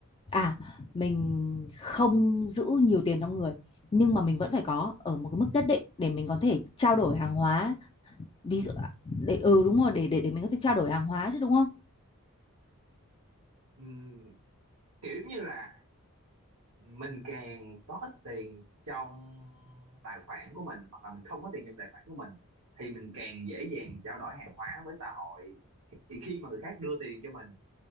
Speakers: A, on the left; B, on the right.
A: à mình không giữ nhiều tiền trong người nhưng mà mình vẫn phải có ở một cái mức nhất định để mình có thể trao đổi hàng hóa. Ví dụ à, để ừ đúng rồi để để để mình có thể trao đổi hàng hóa chứ đúng không?
B: Ừm, kiểu như là mình càng có ít tiền trong tài khoản của mình hoặc là mình không có tiền trong tài khoản của mình thì mình càng dễ dàng trao đổi hàng hóa với xã hội thì khi mà người khác đưa tiền cho mình